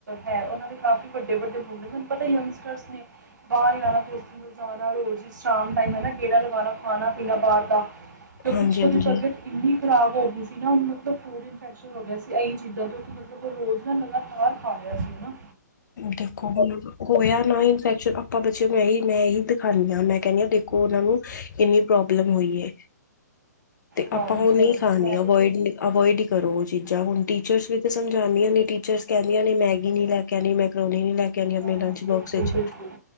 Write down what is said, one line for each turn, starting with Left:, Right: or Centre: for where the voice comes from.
Right: ਹੈ ਉਹਨਾਂ ਦੀ ਕਾਫੀ ਵੱਡੇ- ਵੱਡੇ ਮੁੰਡੇ ਮੈਨੂੰ ਪਤਾ ਈ ਯੰਗਸਟਰਸ ਨੇ। ਬਾਹਰ ਜਾਣਾ ਕੁ ਦਿ ਨੂੰ ਜਾਣਾ ਰੋਜ਼ ਸ਼ਾਮ ਟਾਈਮ ਹਨਾ ਗੇੜਾ ਲਗਾਣਾ ਖਾਣਾ ਪੀਨਾ ਬਾਹਰ ਦਾ ਜੋ
Left: ਹਾਂਜੀ
Right: ਪਿੱਛੋ
Left: ਹਾਂਜੀ
Right: ਦੀ ਤਬੀਅਤ ਇੰਨੀ ਖਰਾਬ ਹੋ ਗਈ ਸੀ ਨਾ ਉਹਨੂੰ ਮਤਲਬ ਫੂਡ ਇਨਫੈਕਸ਼ਨ ਹੋ ਗਿਆ ਸੀ ਇਹੀ ਚੀਜ਼ਾਂ ਤੋਂ ਉਥ ਮਤਲਬ ਰੋਜ਼ ਨਾ ਲਗਾਤਾਰ ਖਾ ਰਿਹਾ ਸੀ ਹਨਾ।
Left: ਦੇਖੋ ਹੁਣ ਹੋਇਆ ਨਾ ਇਨਫੈਕਸ਼ਨ ਆਪਾਂ ਬੱਚਿਆਂ ਨੂੰ ਮੈਂ ਇ ਹੀ ਹਾਂਜੀ ਮੈਂ ਕਹਿੰਣੀ ਹ ਦੇਖੋ ਉਹਨਾਂ ਨੂੰ ਕਿੰਨੀ ਪ੍ਰੋਬਲਮ ਹੋਈ ਹੈ। ਤੇ
Right: ਹਾਂ
Left: ਆਪਾਂ
Right: ਹਾਂਜੀ
Left: ਉਹ ਨਹੀਂ
Right: ਹਾਂਜੀ
Left: ਖਾਣੀ
Right: ਮੈਂ ਵੀ
Left: ਅਵੋਇਡ ਨੇ। ਅਵੋਇਡ ਹੀ ਕਰੋ ਉਹ ਚੀਜ਼ਾਂ ਹੁਣ ਟੀਚਰਸ ਵੀ ਤਾਂ ਸਮਝਾਂਣੀਆਂ ਨੇ ਟੀਚਰਸ ਕਹਿੰਦੀਆਂ ਨੇ ਮੈਗੀ ਨਹੀਂ ਲੈ ਕੇ ਕਹਿਣੀ ਮੈਕਰੋਨੀ ਨੀ ਲੈ ਕੇ ਆਣੀ ਆਪਣੇ
Right: ਹਾਂ
Left: ਲੰਚ
Right: ਬਿਲਕੁਲ
Left: ਬੋਕਸ ਵਿੱਚ
Right: ਬਿਲਕੁਲ